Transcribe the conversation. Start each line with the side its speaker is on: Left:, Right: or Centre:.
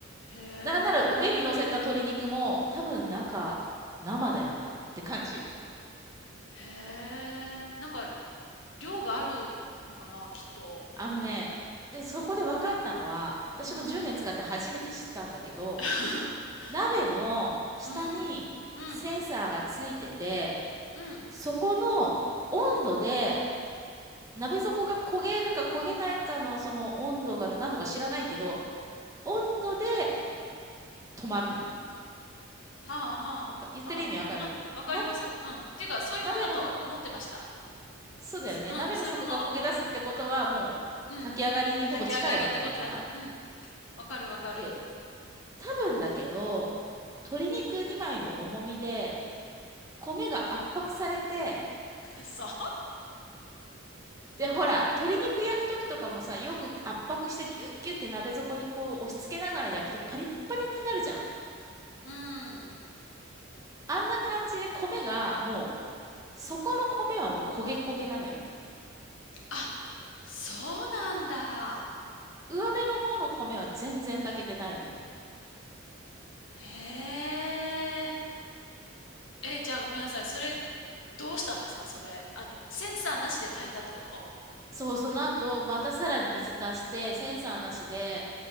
Left: へえ。
Right: なんなら上に乗せた鶏肉も、多分中、生だよなって感じ。
Left: へえ、なんか、量があるのかな、きっと。
Right: あのね、で、そこで分かったのは、私も10年使って初めて知ったんだけど、
Left: うーん。<laughs>
Right: 鍋の下にセンサーがついてて、
Left: うん。うん。うん。
Right: そこの温度で、
Left: うん。
Right: 鍋底が焦げるか焦げないかのその温度が何度か知らないけど、温度で止まるのね。
Left: はあはあ。
Right: わか言ってる意味わかるな、
Left: あ、うん。わかります。うん。ていうか、そういうもんだと思ってました。
Right: 鍋の、そうだよね。
Left: うん。
Right: 鍋の底が焦げ出すってことはもう炊き上がりにほぼ近いわけだから。
Left: そういうもの。うん。炊き上がりってことだね。うん。わかるわかる。
Right: で、多分だけど、鶏肉2枚の重みで、米が圧迫されて、
Left: <laughs> そう
Right: で、ほら、鶏肉焼くときとかもさ、よく圧迫してギュッギュッて鍋底にこう押し付けながら焼くとパリッパリになるじゃん。
Left: うん。
Right: あんな感じで米がもう、そこの米はもう焦げ焦げなのよ。
Left: あ、そうなんだ。
Right: 上辺の方の米は全然炊けてないのよ。
Left: へえ。え、じゃあごめんなさい。それ、どうしたんですかそれ。あ、センサーなしで炊いたってこと
Right: そう、その後、またさらに水足して、センサーなしで、